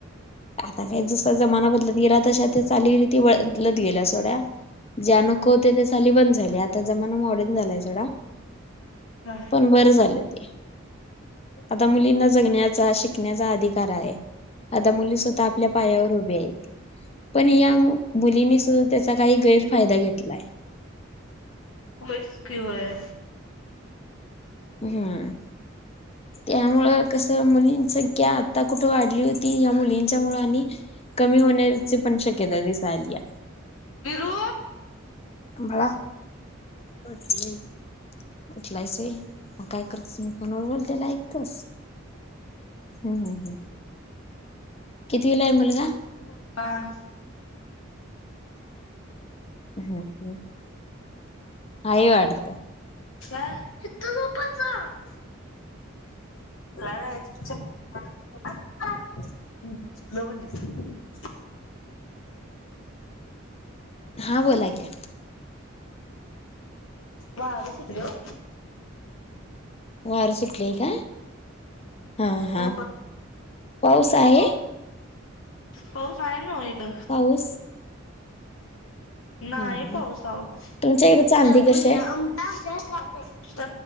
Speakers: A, on the left; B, on the left.
A: आता काय ज चा जमाना बदलत गेला तशा त्या चालीरीती बदलत गेल्या सोड्या. ज्या नको होत्या त्या चाली बंद झाल्या आता जमाना मॉडर्न झालाय सगळा.
B: हा.
A: पण बरं झालं ते आता मुलींना जगण्यात चा शिकण्याचा अधिकार आहे आता मुली स्वतः आपल्या पायावर उभी हायती. पण या मुलीने सुद्धा त्याचा काही गैरफायदा घेतलाय.
B: होयच की होय.
A: हूं त्यामुंळ कसं मुलीं संख्या आता कुठं वाढली होती या मुलींच्या मुळ आणि कमी होण्याची पण शक्यता दिसाआलीया.
B: फिरू
A: बाळा बसलंय उठलायसं होय मग काय करतोस मी फोनवर बोललेलं ऐकतोस. हूं हूं हूं कितवीला आहे मुलगा?
B: <unintelligible>
A: हम हं अई वाडत
B: का कत झोपाच लढाच हम् लवण त
A: <inaudible> हा बोला क्या
B: वाच भ हो
A: वर सुटले का हा हा
B: ओ
A: पाऊस आहे
B: हो पाय ना एकगं
A: पाऊस
B: नाहीय
A: हा हा.
B: पावसाव
A: तुमच्या इकडे चांदी
B: त्या पूज्या
A: कशी आहे?
B: आमट